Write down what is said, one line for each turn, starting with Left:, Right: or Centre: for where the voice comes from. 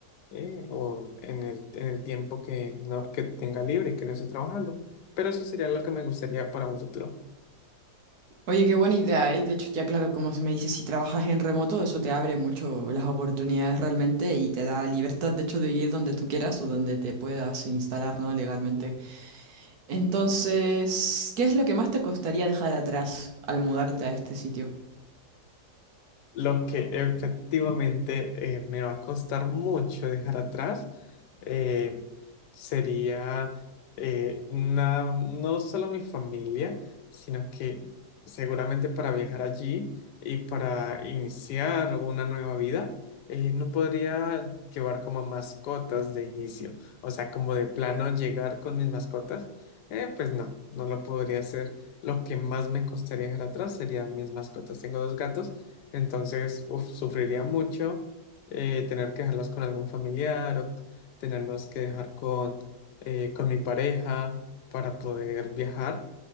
Left: eh, o en el, en el tiempo que, no, que tenga libre y que no esté trabajando. Pero eso sería lo que me gustaría para un futuro.
Right: Oye, qué buena idea, ¿eh? De hecho, ya claro, como se me dice, si trabajas en remoto, eso te abre mucho las oportunidades realmente y te da libertad, de hecho, de vivir donde tú quieras o donde te puedas instalar, ¿no? Legalmente. Entonces, ¿qué es lo que más te costaría dejar atrás al mudarte a este sitio?
Left: Lo que efectivamente eh, me va a costar mucho dejar atrás eh, sería eh, una- no solo mi familia, sino que seguramente para viajar allí y para iniciar una nueva vida, eh, no podría llevar como mascotas de inicio. O sea, como de plano llegar con mis mascotas, eh, pues no, no lo podría hacer. Lo que más me costaría dejar atrás serían mis mascotas. Tengo dos gatos. Entonces, uf, sufriría mucho eh, tener que dejarlos con algún familiar o tenerlos que dejar con, eh, con mi pareja para poder viajar,